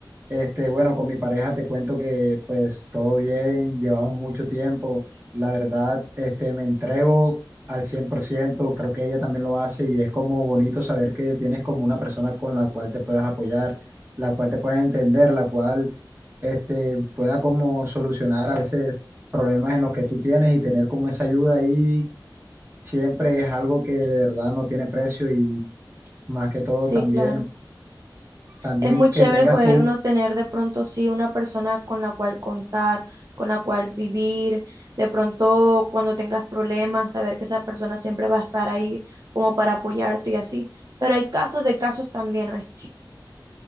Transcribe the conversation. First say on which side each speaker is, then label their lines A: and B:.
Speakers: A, on the right; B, on the right.
A: Este, bueno, con mi pareja te cuento que pues todo bien, llevamos mucho tiempo. La verdad, este, me entrego al 100%, creo que ella también lo hace y es como bonito saber que tienes como una persona con la cual te puedas apoyar la cual te pueda entender, la cual este, pueda como solucionar a veces problemas en los que tú tienes y tener como esa ayuda ahí siempre es algo que de verdad no tiene precio y más que todo
B: Sí,
A: también,
B: claro.
A: también
B: Es muy chévere
A: que tengas
B: poder
A: Eh, tú,
B: uno tener de pronto sí una persona con la cual contar, con la cual vivir, de pronto cuando tengas problemas, saber que esa persona siempre va a estar ahí como para apoyarte y así. Pero hay casos de casos también, ¿oíste?